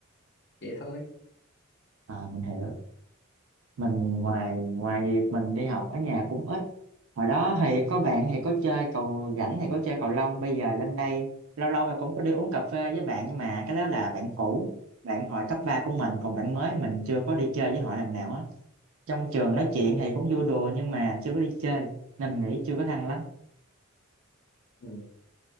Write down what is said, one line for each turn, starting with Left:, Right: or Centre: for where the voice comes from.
Left: vậy thôi
Right: à mình hiểu mình ngoài ngoài việc mình đi học ở nhà cũng ít hồi đó thì có bạn thì có chơi cầu rảnh thì có chơi cầu lông bây giờ lên đây lâu lâu thì cũng có đi uống cà phê với bạn nhưng mà cái đó là bạn cũ bạn hồi cấp 3 của mình còn bạn mới mình chưa có đi chơi với họ lần nào á trong trường nói chuyện thì cũng vui đùa nhưng mà chưa có đi chơi nên mình nghĩ chưa có thân lắm
Left: Ừ.